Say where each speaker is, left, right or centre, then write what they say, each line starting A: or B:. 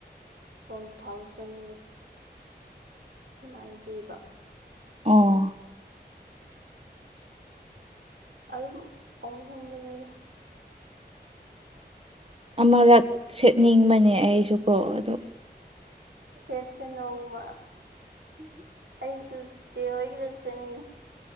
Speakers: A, on the right (about 75°); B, on the right (about 35°).
A: ꯋꯥꯟ ꯊꯥꯎꯖꯟ ꯑꯗꯨꯃꯥꯏꯟ ꯄꯤꯕ
B: ꯑꯣ
A: ꯑꯗꯨꯝ ꯑꯣꯍꯣꯡꯕꯅꯦꯗ
B: ꯑꯃꯔꯛ ꯁꯦꯠꯅꯤꯡꯕꯅꯦ ꯑꯩꯁꯨꯀꯣ ꯑꯗꯨ
A: ꯁꯦꯠꯁꯦ ꯅꯣꯡꯃ ꯑꯩꯁꯨ ꯆꯦꯍꯣꯏꯒꯤꯗ‌ꯣ ꯁꯦꯠꯅꯤꯡꯉꯤ